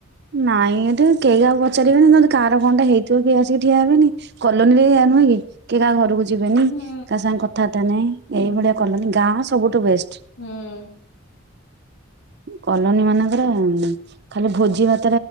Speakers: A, on the right; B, on the left.
A: ନାଇଁ ଏଠି କେହି ଆଉ ପଚାରିବେନି ଯଦି କାହାର କଣଟା ହେଇଥିବ କିଏ ଆସିକି ଠିଆ ହେବେନି କଲୋନୀରେ ଇଆ ନୁହେଁ କିଏ କାହା ଘରକୁ ଯିବେନି
B: ହୁଁ
A: କା ସାଙ୍ଗ କଥାବାର୍ତ୍ତା ନାଇଁ
B: ହୁଁ
A: ଏଇ ଭଳିଆ କଲୋନି ଗାଁ ସବୁଠୁ ବେଷ୍ଟ।
B: ହୁଁ
A: କଲୋନୀ ମାନଙ୍କରେ ଖାଲି ଭୋଜି ଭାତ ହେ ଆ